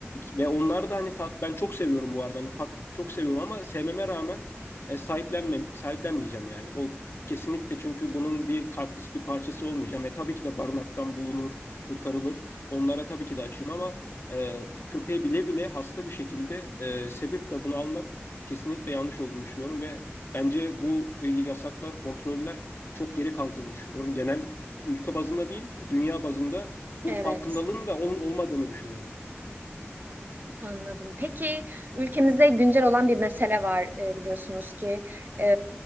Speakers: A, on the left; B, on the right.
A: Ve onlar da hani tat ben çok seviyorum bu arada. Hani pak çok seviyorum ama sevmeme rağmen e, sahiplenme, sahiplenmeyeceğim yani. O kesinlikle çünkü bunun bir katkısı bir parçası olmayacağım. E tabii ki de barınaktan bulunur, kurtarılır. Onlara tabii ki de açığım ama e, köpeği bile bile hasta bir şekilde e, sebep de bunu almak kesinlikle yanlış olduğunu düşünüyorum ve bence bu e, yasaklar, kontroller çok geri kaldığını düşünüyorum. Genel ülke bazında değil, dünya bazında bu
B: evet.
A: farkındalığın da ol- olmadığını düşünüyorum.
B: Anladım. Peki ülkemizde güncel olan bir mesele var e, biliyorsunuz ki E,